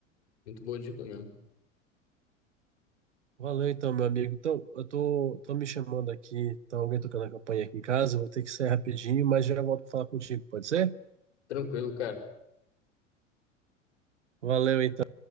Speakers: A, on the left (about 60°); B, on the right (about 65°).
A: Muito boa dica mesmo.
B: Valeu então, meu amigo. Então, eu tô, tô me chamando aqui, tá alguém tocando a campanha aqui em casa, eu vou ter que sair rapidinho, mas já volto pra falar contigo, pode ser?
A: Tranquilo, cara.
B: Valeu então.